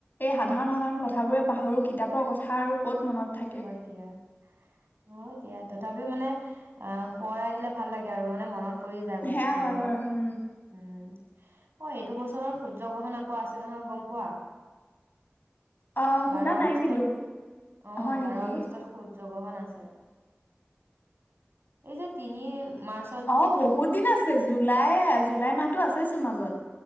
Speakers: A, on the left; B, on the right.
A: এই সাধাৰণ সাধাৰণ কথাবোৰে পাহৰো কিতাপৰ কথা আৰু কত মনত থাকে?
B: এয়া অ' দিয়া তথাপি মানে অ' শোঁৱৰাই দিলে ভাল লাগে আৰু মানে মনত পৰি যায় বস্তুবোৰ
A: সেয়া হয়
B: ন।
A: বাৰু উম
B: উম অ' এইটো বছৰৰ সূৰ্য গ্ৰহণ আকৌ আছে নহয় গম পোৱা?
A: অ' শুনা
B: বাৰ আগষ্টত
A: নাই কিন্তু।
B: অ'
A: হয়
B: বাৰ
A: নেকি
B: আগষ্টত সূ সূৰ্যগ্ৰহন আছে এই যে তিনি মাৰ্চ
A: অ' বহুত দিন আছে। জুলাই, জুলাই মাহতো আছে চোন মাজত।